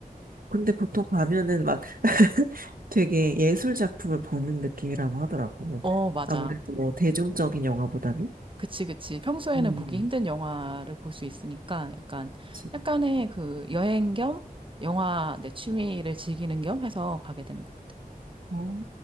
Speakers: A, on the right; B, on the right.
A: 근데 보통 가면은 막 <laughs> 되게 예술 작품을 보는 느낌이라고 하더라고.
B: 어, 맞아.
A: 아무래도 뭐 대중적인 영화보다는.
B: 그치, 그치. 평소에는
A: 음,
B: 보기 힘든 영화를 볼 수 있으니까 약간,
A: 그치.
B: 약간의 그 여행 겸 영화 내 취미를 즐기는 겸 해서 가게 되는 것 같아.
A: 어,